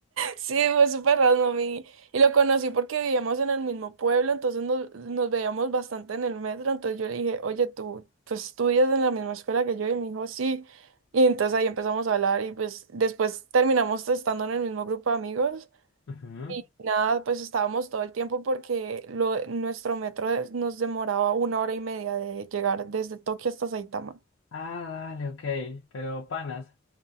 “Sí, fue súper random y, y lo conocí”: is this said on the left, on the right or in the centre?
Right